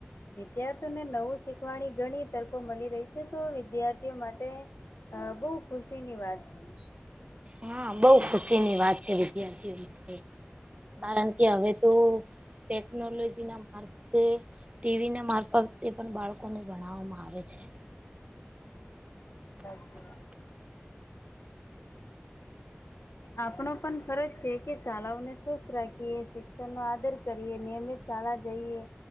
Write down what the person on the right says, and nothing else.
હા બોહ ખુશીની વાત છે વિદ્યાર્થીઓ માટે
કારણ કે હવે તો ટેકનોલોજી ના મા તે ટીવી ના મારફત તે પણ બાળકોને ભણાવવામાં આવે છે